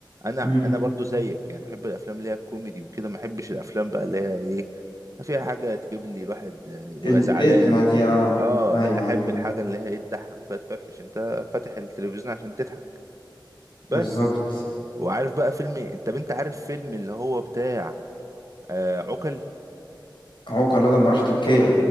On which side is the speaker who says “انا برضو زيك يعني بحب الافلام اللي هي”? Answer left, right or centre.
Right